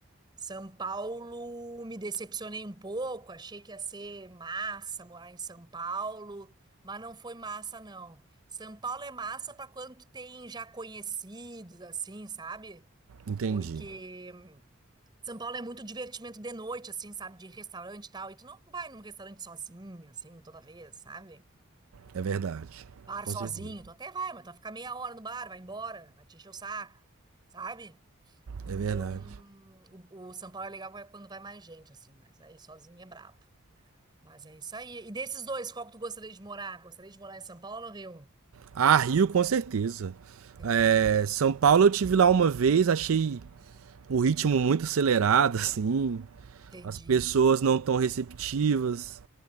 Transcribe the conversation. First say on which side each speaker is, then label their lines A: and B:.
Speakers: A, on the right; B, on the right.
A: São Paulo me decepcionei um pouco, achei que ia ser massa morar em São Paulo, mas não foi massa, não. São Paulo é massa para quando tu tem já conhecidos, assim, sabe?
B: Entendi.
A: Porque são Paulo é muito divertimento de noite, assim, sabe? De restaurante e tal. E tu não vai num restaurante sozinho, assim, toda vez, sabe?
B: É verdade.
A: Bar
B: Com
A: sozinho,
B: certeza.
A: tu até vai, mas tu vai ficar meia hora no bar, vai embora, vai te encher o saco, sabe? Então,
B: É verdade.
A: o, o São Paulo é legal é quando vai mais gente, assim, mas aí sozinho é brabo. Mas é isso aí. E desses dois, qual que tu gostaria de morar? Gostaria de morar em São Paulo ou no Rio?
B: Ah, Rio, com certeza.
A: Certeza,
B: É,
A: né?
B: São Paulo eu tive lá uma vez, achei o ritmo muito acelerado, <laughs> assim.
A: Entendi.
B: As pessoas não tão receptivas.